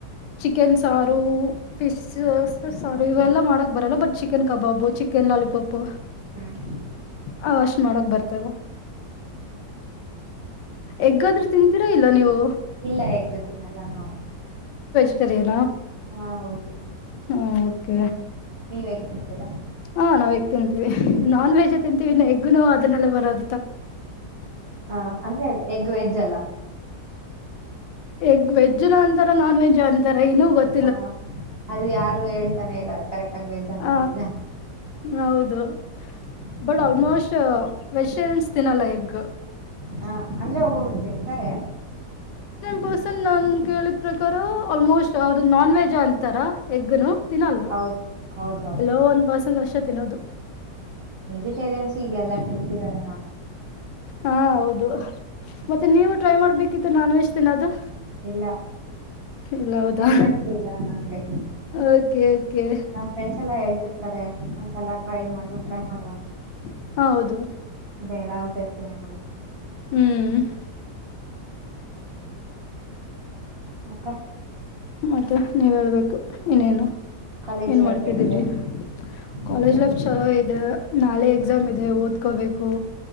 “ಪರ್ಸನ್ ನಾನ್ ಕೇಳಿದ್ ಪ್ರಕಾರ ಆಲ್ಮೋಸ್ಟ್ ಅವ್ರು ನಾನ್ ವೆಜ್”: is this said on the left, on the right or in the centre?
Left